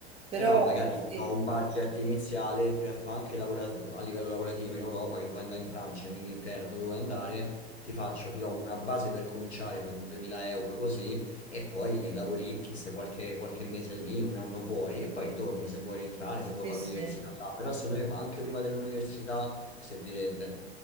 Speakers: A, on the right (about 20°); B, on the left (about 80°).
A: Però
B: Però magari
A: sì,
B: ti do un budget iniziale, ti fa anche lavora- a livello lavorativo in Europa, che vuoi andare in Francia, in Inghilterra, dove vuoi andare, ti faccio, ti do una base per cominciare, 2000 euro così, e poi lavoricchi, stai qualche, qualche mese lì, un anno fuori, e poi ritorni se vuoi rientrare, se vuoi
A: sì,
B: fare
A: sì.
B: l'università là. Però secondo me anche prima dell'università servirebbe